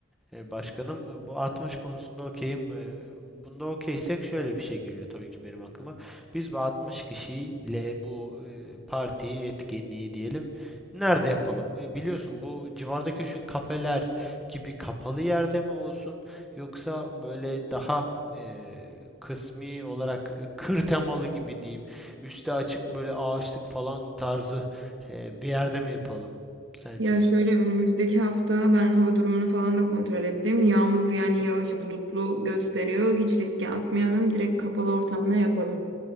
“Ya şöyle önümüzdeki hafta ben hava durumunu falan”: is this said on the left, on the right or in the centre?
Right